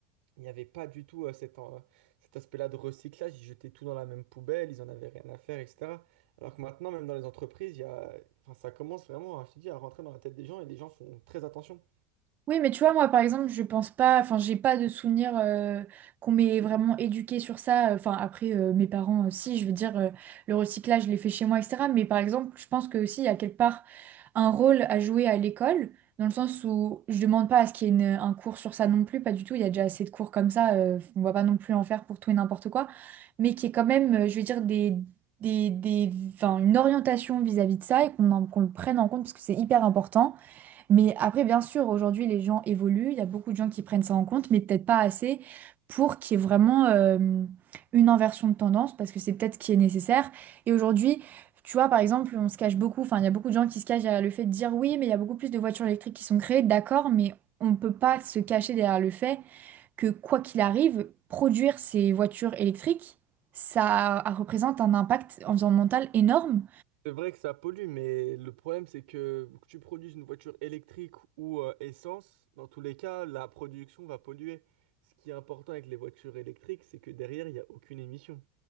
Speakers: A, on the right; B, on the right.
A: il n'y avait pas du tout euh, cet, en- cet aspect-là de recyclage. Ils jetaient tout dans la même poubelle, ils en avaient rien à faire, etc. Alors que maintenant, même dans les entreprises, il y a, enfin, ça commence vraiment, à- je te dis, à rentrer dans la tête des gens et les gens font très attention.
B: oui, mais tu vois, moi, par exemple, je pense pas, enfin, j'ai pas de souvenir euh, qu'on m'ait vraiment éduqué sur ça. Enfin, après, euh, mes parents aussi, je veux dire, euh, le recyclage, je l'ai fait chez moi, etc. Mais par exemple, je pense que aussi, à quelque part un rôle à jouer à l'école, dans le sens où je demande pas à ce qu'il y ait une- un cours sur ça non plus, pas du tout, il y a déjà assez de cours comme ça, euh, on va pas non plus en faire pour tout et n'importe quoi, mais qui est quand même, euh, je veux dire, des, des, des, enfin, une orientation vis-à-vis de ça et qu'on en- qu'on le prenne en compte parce que c'est hyper important. Mais après, bien sûr, aujourd'hui, les gens évoluent, il y a beaucoup de gens qui prennent ça en compte, mais peut-être pas assez pour qu'il y ait vraiment euh, une inversion de tendance, parce que c'est peut-être ce qui est nécessaire. Et aujourd'hui, tu vois, par exemple, on se cache beaucoup, enfin, il y a beaucoup de gens qui se cachent derrière le fait de dire oui, mais il y a beaucoup plus de voitures électriques qui sont créées, d'accord, mais on ne peut pas se cacher derrière le fait que, quoi qu'il arrive, produire ces voitures électriques, ça représente un impact environnemental énorme.
A: C'est vrai que ça pollue, mais le problème, c'est que que tu produises une voiture électrique ou euh, essence, dans tous les cas, la production va polluer. Ce qui est important avec les voitures électriques, c'est que derrière, il n'y a aucune émission.